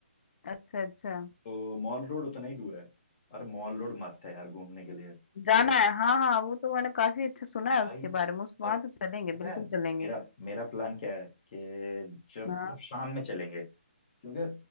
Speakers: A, on the left; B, on the left.
A: अच्छा अच्छा
B: तो मॉल रोड उतना ही दूर है और मॉल रोड मस्त है यार घूमने के लिए
A: जाना
B: तो
A: है हाँ हाँ वो तो मैंने काफी अच्छा सुना है
B: भाई
A: उसके बारे में उस वहां
B: और
A: तो चलेंगे
B: पता
A: बिल्कुल
B: है
A: चलेंगे
B: मेरा मेरा प्लान क्या है कि जब
A: हाँ
B: मतलब शाम में चलेंगे क्योंकि